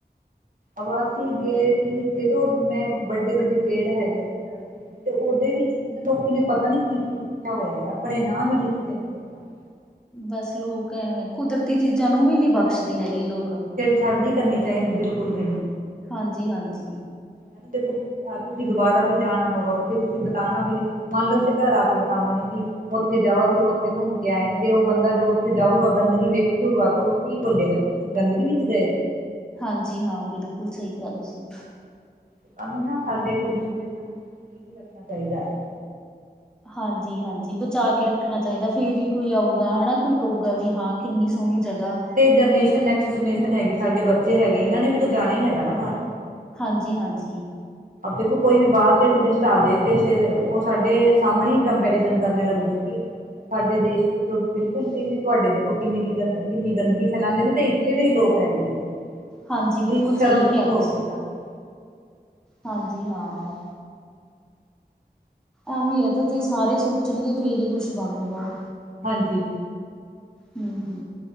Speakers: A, on the right (about 50°); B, in the centre.
A: ਅ ਅਸੀਂ ਗਏ ਸੀ। ਉੱਥੇ ਮੈਂ ਵੱਡੇ- ਵੱਡੇ ਪੇੜ ਹੈਗੇ ਉੱਥੇ ਦਰਖਤ ਤੇ ਉਹਦੇ ਵਿੱਚ ਵੀ ਨਾ ਲੋਕੀ ਨੇ ਪਤਾ ਨੀ ਕੀ-ਕੀ ਲਿਖਿਆ ਹੋਇਆ ਹੈ। ਆਪਣੇ ਨਾਂ ਵੀ ਲਿਖਦੇ ਨੇ ਲੋਕਾਂ ਨੂੰ
B: ਬੱਸ ਲੋਕ ਐਵੇਂ, ਕੁਦਰਤੀ ਚੀਜ਼ਾਂ ਨੂੰ ਵੀ ਨੀ ਬਖਸ਼ਦੀ ਹੈਗੀ ਲੋਕ
A: ਛੱਡ ਨਹੀਂ ਕਰਨੀ ਚਾਹੀਦੀ ਬਿਲਕੁਲ ਵੀ ਨਹੀਂ
B: ਹਾਂਜੀ -ਹਾਂਜੀ
A: ਹਨਾ ਦੇਖੋਹ ਤੁਸੀਂ ਦੁਬਾਰਾ ਵੀ ਜਾਣਾ ਹੋਊਗਾ ਉੱਥੇ ਤੁਸੀਂ ਬਿਤਾਉਣਾ ਵੀ ਮੰਨ ਲਓ! ਅੇ ਘਰ ਆ ਕੇ ਬਤਾਉਂਦੇ ਨੇ ਕਿ ਉੱਥੇ ਜਾਓ ਅਸੀਂ ਉਹ ਉੱਥੇ ਘੁੰਮ ਕੇ ਉਥੇ ਜਾ ਕੇ, ਉਥੇ ਘੁੰਮ ਕੇ ਆਏ ਨੇ ਉਹ ਬੰਦਾ ਜ ਉੱਥੇ ਜਾਊਗਾ ਗੰਦਗੀ ਵੇਖੂ ਗਾ ਤੇ ਉਹ ਕੀ ਬੋਲੇਗਾ? ਗੰਦਗੀ ਵਿੱਚ ਗਏ ਸੀ
B: ਹਾਂਜੀ! ਹਾਂ ਬਿਲਕੁਲ ਸਹੀ ਕਿਹਾ ਤੁਸੀਂ।
A: ਸਾਨੂੰ ਨਾ ਸਾਡੇ ਟੂਰਿਸਟ ਪਲੇਸਾਂ ਨੂੰ <unintelligible> ਨੀ ਰੱਖਣਾ ਚਾਹੀਦਾ ਹੈ।
B: ਹਾਂਜੀ- ਹਾਂਜੀ, ਬਚਾ ਕੇ ਰੱਖਣਾ ਚਾਹੀਦਾ। ਫੇਰ ਹੀ ਕੋਈ ਆਊਗਾ ਹਨਾ ਕੋਈ ਕਹੂਗਾ ਵੀ ਹਾਂ। ਕਿੰਨੀ ਸੋਹਣੀ ਜਗ੍ਹਾ
A: ਜਨੇਸ਼ਨ ਨੈਕਸਟ ਜਨਰੇਸ਼ਨ ਹੈਗੀ ਸਾਡੇ ਬੱਚੇ ਹੈਗੇ ਇਹਨਾਂ ਨੇ ਵੀ ਤਾਂ ਜਾਣਾ ਹੀ ਹੈਗਾ ਨਾ ਬਾਹਰ
B: ਹਾਂਜੀ ਹਾਂਜੀ
A: ਦੇਖੋ ਕੋਈ ਵੀ ਬਾਹਰ ਤੇ ਟੂਰਿਸਟ ਆ ਜਾਏ ਤੇ ਉਹ ਸਾਡੇ ਸਾਹਮਣੇ ਕੰਪੈਰੀਜਨ ਕਰਨ ਲੱਗਜੂਗੀ ਸਾਡੇ ਦੇਸ਼ ਬਿਲਕੁਲ ਸਹੀ ਨੇ ਤੁਹਾਡੇ ਦੇਖੋ ਕਿੰਨੀ ਗੰ ਕਿੰਨੀ ਗੰਦਗੀ ਫੈਲਾਉਂਦੇ ਨੇ ਤੇ ਇੱਥੇ ਦੇ ਹੀ ਲੋਕ ਹੈਗੇ ਨੇ <inaudible> <inaudible>
B: ਹਾਂਜੀ
A: ਕਿੰਨੀ
B: ਬਿਲਕੁਲ ਸਹੀ
A: ਸ਼ਰਮ ਫੀਲ
B: ਕਿਹਾ ਤੁਸੀਂ
A: ਹੋਊਗੀ ਸਾਨੂੰ
B: ਹਾਂਜੀ ਹਾਂ ਐਵੇਂ ਹੈ ਤਾਂ ਜੇ ਸਾਰੇ ਸੋਚਣਗੇ ਫੇਰ ਹੀ ਕੁਛ ਬਣੂਗਾ
A: ਹਾਂਜੀ
B: ਹੂੰ-ਹੂੰ